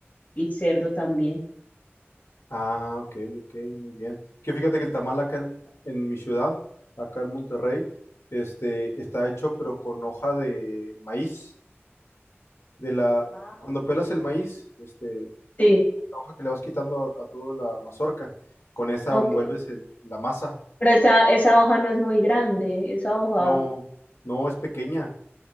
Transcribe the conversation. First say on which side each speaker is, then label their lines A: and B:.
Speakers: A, on the left; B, on the left.
A: y cerdo también.
B: Ah, ok, ok, muy bien. Que fíjate que el tamal acá en, en mi ciudad, acá en Monterrey, este, está hecho pero con hoja de maíz. De la,
A: Ah,
B: cuando pelas
A: ya.
B: el maíz, este,
A: Sí,
B: la hoja que le vas quitando a, a toda la mazorca, con esa
A: ok.
B: envuelves el- la masa.
A: Pero esa, esa hoja no es muy grande, esa hoja.
B: No, no es pequeña.